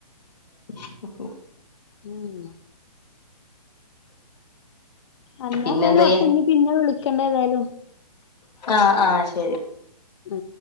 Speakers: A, on the left; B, on the left.
A: <unintelligible>
B: ഉം അല്ലാ
A: പിന്നെന്തയ്യാ
B: എതായാലും ഒക്കെ ഇനി പിന്നെ വിളിക്കണ്ട ഏതായാലും
A: ആആ ശരി
B: ഉ